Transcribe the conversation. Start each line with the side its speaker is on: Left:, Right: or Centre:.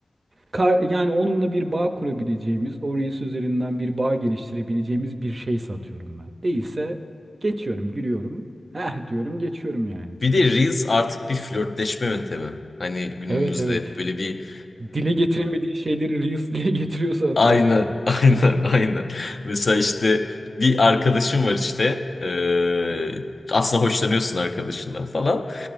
Right: kar- yani onunla bir bağ kurabileceğimiz, o Reels üzerinden bir bağ geliştirebileceğimiz bir şey satıyorum ben. Değilse geçiyorum, gülüyorum. Heh diyorum, geçiyorum yani.
Left: Bir de Reels artık bir flörtleşme yöntemi. Hani günümüzde
Right: Evet evet.
Left: böyle bir
Right: Dile getiremediği şeyleri Reels dile getiriyorsa atıyorsun
Left: Aynen,
Right: kardeşim.
Left: <laughs> aynen, aynen. Mesela işte bir arkadaşım var işte. eee, aslında hoşlanıyorsun arkadaşından falan.